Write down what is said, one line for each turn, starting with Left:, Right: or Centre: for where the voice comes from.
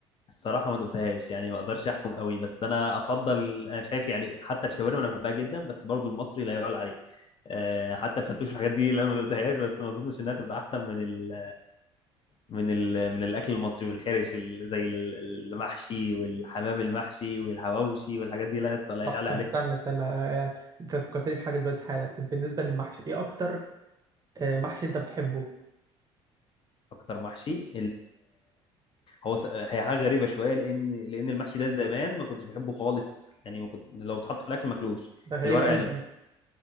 Left: الصراحة ما دوتهاش يعني ما اقدرش احكم قوي بس انا افضل انا شايف يعني حتى الشاورما انا بحبها جدا بس برضو المصري لا يعلى عليه آه، حتى الفتوش والحاجات دي اللي انا ما دوتهاش بس ما اظنش انها تبقى احسن من ال من ال من الاكل المصري والحرش ال- زي ال- المحشي والحمام المحشي والحواوشي والحاجات دي لا يا اسطى لا
Right: صح
Left: يعلى
Right: طب
Left: عليه
Right: استنى استنى آه، انت فكرتني بحاجه دلوقتي حالا بالنسبه للمحشي ايه اكتر آه، محشي انت بتحبه
Left: اكتر محشي هو س- هي حاجه غريبه شويه لان لان المحشي ده زمان ما كنتش بحبه خالص يعني ما كنت لو اتحط في الاكل ماكلوش
Right: ده غريبه
Left: الورق
Right: قوي
Left: عنب
Right: دي